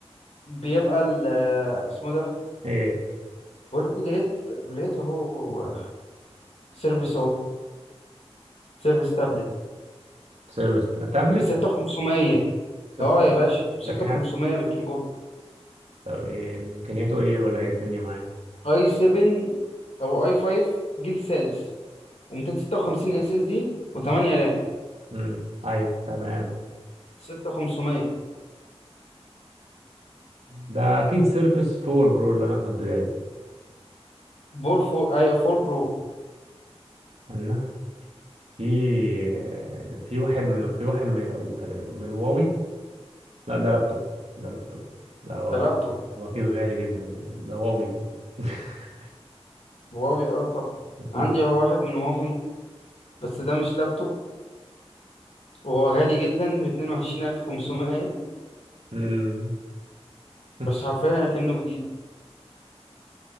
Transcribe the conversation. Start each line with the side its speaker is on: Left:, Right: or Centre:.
Left: بيبقى ال آه، اسمه ده
Right: ايه
Left: بقول لك لقيت لقيت اهو سيرفيس اهو سيرفيس تابلت
Right: سيرفيس تابلت
Left: ب 6500
Right: ستة
Left: اه يا باشا 6500
Right: ده كام
Left: بالكيبورد
Right: طب ايه امكانياته ايه ولا ايه الدنيا معاه
Left: اي 7 او اي 5 جيل سادس و256 اس اس دي و8
Right: اه
Left: رام
Right: امم ايوه تمام
Left: 6500
Right: ده اكيد سيرفس 4 برو اللي انا كنت جايبه
Left: بور فور اي 4 برو
Right: انا في في واحد من في واحد من, من واوي لا ده لابتوب ده لابتوب ده هو
Left: ده لابتوب
Right: هو اكيد غالي جدا يعني ده واوي <laughs>
Left: هواوي اه طبعا
Right: اكيد
Left: عندي هو واحد من هواوي بس ده مش لابتوب وهو غالي جدا ب 22500
Right: امم <laughs>
Left: بس حرفيا كأنه جديد